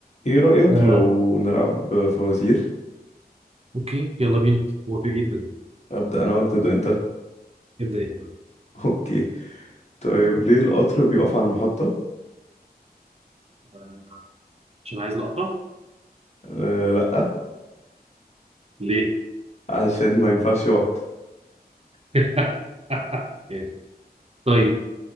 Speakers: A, on the left (about 45°); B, on the right (about 40°).
A: ايه رأيك
B: آه،
A: لو نلعب فوازير
B: اوكي يلا بينا موافق جدا
A: أبدأ أنا ولا تبدأ أنت؟
B: ابدا انت
A: <laughs> أوكي طيب ليه القطر بيقف على المحطة؟
B: آه، عشان عايز القطع
A: أه لأ
B: ليه
A: عشان ما ينفعش يقعد
B: <laughs> إيه. طيب